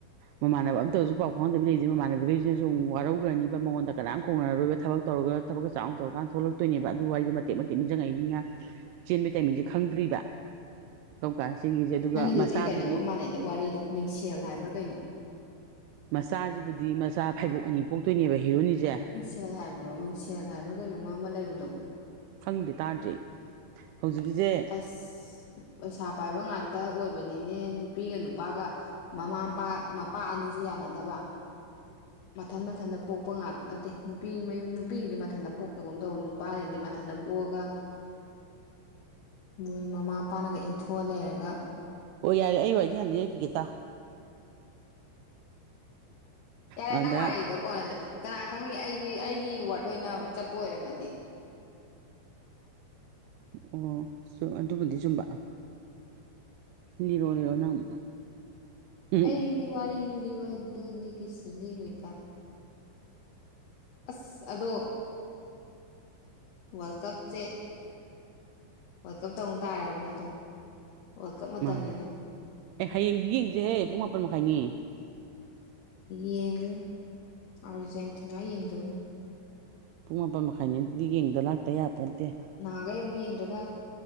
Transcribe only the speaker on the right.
ꯃꯃꯥꯟꯅꯕ ꯑꯝꯇꯁꯨ ꯄꯥꯎ ꯐꯥꯎꯍꯗꯕꯤ ꯂꯩꯗꯦ ꯃꯃꯥꯟꯅꯕꯈꯩꯁꯤꯅꯁꯨꯨꯝ ꯋꯥꯔꯧꯈ꯭ꯔꯅꯤꯕ ꯃꯉꯣꯟꯗ ꯀꯅꯥꯝ ꯀꯧꯅꯔꯣꯏꯕ ꯊꯕꯛ ꯇꯧꯔꯒ ꯊꯕꯛꯀ ꯆꯥꯎꯅ ꯇꯧꯔꯀꯥꯟꯗ ꯊꯣꯛꯂꯛꯇꯣꯏꯅꯦꯕ ꯑꯗꯨ ꯋꯥꯔꯤꯗꯣ ꯃꯇꯦꯛ ꯃꯇꯦꯛ ꯅꯤꯡꯁꯤꯡꯉꯛꯏꯅꯤꯅ ꯆꯦꯟꯕꯒꯤ ꯇꯥꯏꯃꯤꯡꯁꯦ ꯈꯪꯗ꯭ꯔꯤꯕ ꯀꯧꯀꯥꯟ ꯆꯦꯟꯒꯤꯁꯦ ꯑꯗꯨꯒ
ꯃꯆꯥꯕꯨꯗꯤ
ꯃꯆꯥꯁꯤꯕꯨꯗꯤ ꯃꯆꯥ ꯐꯩꯕꯣꯛ ꯑꯅꯤ ꯄꯣꯛꯇꯣꯏꯅꯦꯕ ꯍꯤꯔꯣꯅꯤꯁꯦ
ꯈꯪꯗꯦ ꯇꯥꯔꯗꯔꯤ ꯑꯩ ꯍꯧꯖꯤꯛꯀꯤꯁꯦ
ꯑꯣ ꯌꯥꯔꯦ ꯑꯩ ꯋꯥꯔꯤꯖꯦ ꯍꯥꯟꯅ ꯂꯤꯔꯛꯈꯤꯒꯦ ꯇꯥꯎ
ꯑꯗ
ꯑꯣ ꯆꯨꯝ ꯑꯗꯨꯕꯨꯗꯤ ꯆꯨꯝꯕ ꯂꯤꯔꯣ ꯂꯤꯔꯣ ꯅꯪ ꯎꯝ
ꯃꯥ ꯑꯦ ꯍꯌꯦꯡꯗꯤ ꯌꯦꯡꯖꯦꯍꯦ ꯄꯨꯡ ꯃꯥꯄꯟ ꯃꯈꯥꯏꯅꯤ
ꯄꯨꯡ ꯃꯥꯄꯟ ꯃꯈꯥꯏꯅꯤꯗꯤ ꯌꯦꯡꯗ ꯂꯥꯛꯇ ꯌꯥꯄꯣꯟꯇꯦ